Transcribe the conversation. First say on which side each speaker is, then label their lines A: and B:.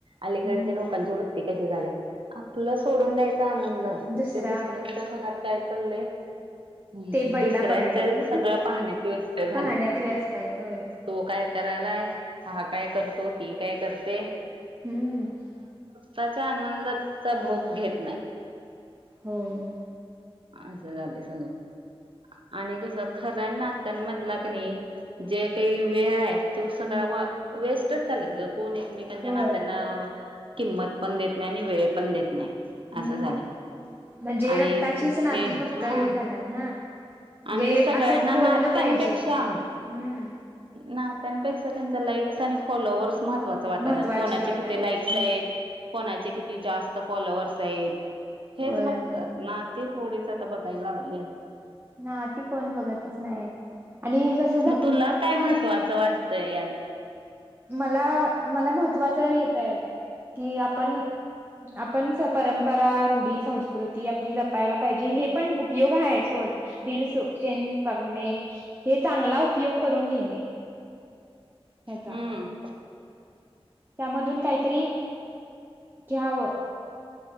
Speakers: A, on the right (about 60°); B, on the right (about 20°).
A: अलीगडच्या
B: हम्म
A: लोकांची वृत्ती कशी झाल्या, आपलं सोडून द्यायच आनंद
B: दुसरा
A: ते दुसऱ्यांच्या घरात काय चाललय? हम
B: ते बैला
A: दुसऱ्यांच्या
B: बघायचं
A: सगळं पाहण्यात व्यस्त झाल्यात.
B: पाहण्यात व्यस्त आहेत होय
A: तो काय करायलाय, हा काय करतो ती काय करते?
B: हम्म.
A: त्याच्या आनंदाचा भोग घेत नाय.
B: हम्म.
A: असं झालय सगळ. आणि कसं खऱ्या नात्यांमदला कनाई, जे काहि वेळ हाय त्यो
B: हम्म
A: सगळा वा, वेस्टच चालाय ग कोण एकमेकांच्या
B: होय
A: नात्यान किंमत पण देत नाई आणि वेळ पण देत नाई,
B: हम्म
A: असं झालंय,
B: म्हणजे
A: आणि
B: रक्ताचीच
A: हे
B: नाती फक्त
A: हा
B: हे झाल्यात ना म्हणजे
A: आणि सगळ्यांना
B: असं बोललं
A: नात्यांपेक्षा
B: पाहिजे हम्म
A: नात्यांपेक्षा त्यांच लाईक्स आणि फॉलोवर्स महत्वा च वाटाल्यात
B: महत्त्वाचे
A: कोणाचे
B: वाटालेत
A: किती लाईक्स हाईत, कोणाचे किती जास्त फॉलोवर्स हाईत, हेच
B: होय
A: बगतात नाति थोडीच आता बघाय लागल्यात.
B: नाती कोण बगतच नायेत, आणि जस
A: म तुला काय महत्वाच वाटतंय यात?
B: मला मला महत्वाच एक ये, कि आपण आपण स परंपरा, रूढी, संस्कृती आपली जपायला पाहिजे हे पण उपयोग हाय सोड. रीलसो तेन बघणे, हे चांगला उपयोग करून घेणे. ह्याचा.
A: हम्म.
B: त्यामधून कायतरी, घ्यावं,